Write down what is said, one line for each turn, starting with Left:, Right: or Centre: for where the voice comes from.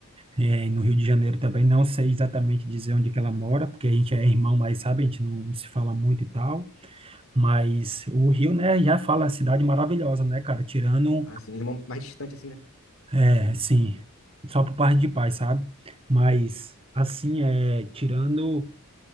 Right: É, e no Rio de Janeiro também, não sei exatamente dizer onde que ela mora, porque a gente é irmão, mas sabe, a gente não, não se fala muito e tal. Mas o Rio, né, já fala cidade maravilhosa, né, cara? Tirando,
Left: Assim, mais distante assim, né?
Right: é, assim, só por parte de pai, sabe? Mas, assim, é, tirando,